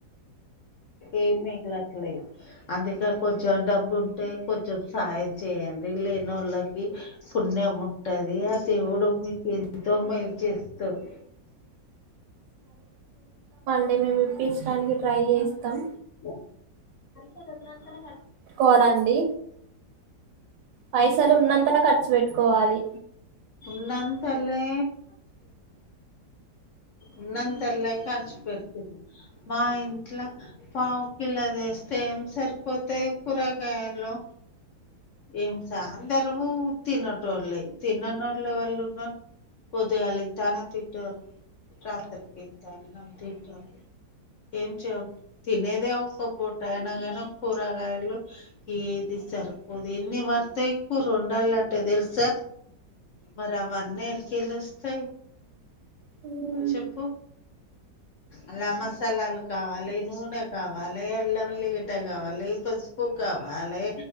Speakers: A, on the left (about 65°); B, on the right (about 80°).
A: ఏం మిగులుతాలేదు అందుకే కొంచం డబ్బు ఉంటే కొంచం సాహయం చేయండి లేని వాళ్ళకి. పుణ్యం ఉంటాది ఆ దేవుడు మీకు ఎంతో మేలు చేస్తాడు.
B: అంటే మేము ఇప్పించడానికి ట్రై చేస్తాం.
A: <unintelligible>
B: పెట్కోవాలండి పైసలు ఉన్నంతల ఖర్చు పెట్టుకోవాలి.
A: ఉన్నంతలే ఉన్నంతాల ఖర్చు పెడ్తున్న మా ఇంట్ల పావుకిల్లది వేస్తే ఏం సరిపోతాయి కూరగాయలు ఏం అందరము తిన్నట్లే వాళ్ళలే తిన్నని వాళ్లే వాళ్ళు ఉన్న పొదుగాలి ఇంత అన్నం తింటారు రాత్రికింత అన్నం తింటారు ఏం చే తినేదే ఒక్క పూట అయినా కానీ కూరగాయలు ఏది సారు పోది ఎన్ని మడతా ఎక్కువ రెండేళ్ళ అంటే తెలుసా మర్అవర్ అన్ని ఎడికేలోస్తాయ్
B: ఉమ్,
A: చెప్పు అలా మసాలాలు కావాలి నూనె కావాలి అల్లమేల్లి గడ్డ కావాలి పసుపు ఉప్పు కావాలి